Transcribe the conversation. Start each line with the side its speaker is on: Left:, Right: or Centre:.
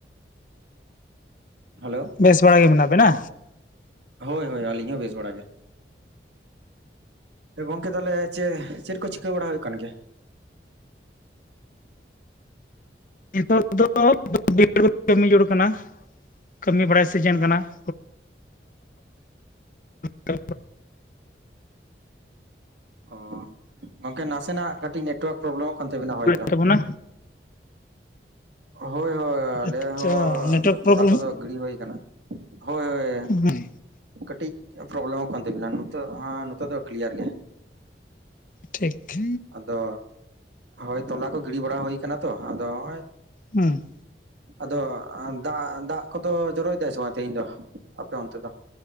Right: ᱦᱮᱞᱳ,
Left: ᱵᱮᱥ ᱵᱟᱲᱟ ᱜᱮ ᱢᱮᱱᱟᱜ ᱵᱮᱱᱟ?
Right: ᱦᱳᱭ ᱦᱳᱭ ᱟᱹᱞᱤᱧ ᱦᱚᱸ ᱵᱮᱥ ᱵᱟᱲᱟ ᱜᱮ। ᱜᱚᱝᱠᱮ ᱛᱟᱦᱚᱞᱮ ᱪᱮ ᱪᱮᱫ ᱠᱚ ᱪᱤᱠᱟᱹ ᱵᱟᱲᱟ ᱦᱩᱭᱩᱜ ᱠᱟᱱ ᱜᱮᱭᱟ?
Left: ᱱᱤᱛᱚᱜ ᱫᱚ <unintelligible> ᱠᱟᱹᱢᱤ ᱡᱚᱲ ᱠᱟᱱᱟ। ᱠᱟᱹᱢᱤ ᱵᱟᱲᱟᱭ ᱥᱤᱡᱮᱱ ᱠᱟᱱᱟ <unintelligible> ᱛᱚ।
Right: ᱚ ᱜᱚᱝᱠᱮ ᱱᱟᱥᱮᱱᱟᱜ ᱠᱟᱹᱴᱤᱡ ᱱᱮᱴᱣᱟᱨᱠ ᱯᱨᱚᱵᱮᱞᱮᱢᱚᱜ ᱠᱟᱱ ᱛᱟᱵᱤᱱᱟ ᱦᱳᱭ ᱛᱚ।
Left: ᱛᱟᱵᱚᱱᱟ
Right: ᱦᱳᱭ ᱦᱳᱭ ᱟᱞᱮ
Left: ᱟᱪᱪᱷᱟ
Right: ᱦᱚᱸ
Left: ᱱᱮᱴᱣᱟᱨᱠ
Right: ᱛᱚᱞᱟ
Left: ᱯᱨᱚᱵᱞᱮᱢ
Right: ᱠᱚᱫᱚ ᱜᱤᱲᱤ ᱦᱩᱭ ᱟᱠᱟᱱᱟ, ᱦᱳᱭ ᱦᱳᱭ।
Left: ᱦᱮᱸ
Right: ᱠᱟᱹᱴᱤᱡ ᱯᱨᱚᱵᱞᱮᱢᱚᱜ ᱠᱟᱱ ᱛᱟᱵᱤᱱᱟ, ᱦᱮ ᱱᱤᱛᱚᱜ ᱫᱚ ᱠᱞᱤᱭᱟᱨ ᱜᱮ।
Left: ᱴᱷᱤᱠ।
Right: ᱟᱫᱚ, ᱦᱳᱭ ᱛᱚᱞᱟ ᱠᱚ ᱜᱤᱲᱤ ᱵᱟᱲᱟ ᱦᱩᱭ ᱟᱠᱟᱱᱟ ᱛᱚ, ᱟᱫᱚ ᱱᱚᱜ-ᱚᱭ
Left: ᱦᱮᱸ।
Right: ᱟᱫᱚ ᱫᱟ, ᱫᱟᱜ ᱠᱚᱫᱚ ᱡᱚᱨᱚᱭ ᱫᱟᱭ ᱥᱮ ᱵᱟᱝ ᱛᱮᱦᱮᱧ ᱫᱚ ᱟᱯᱮ ᱚᱱᱛᱮ ᱫᱚ?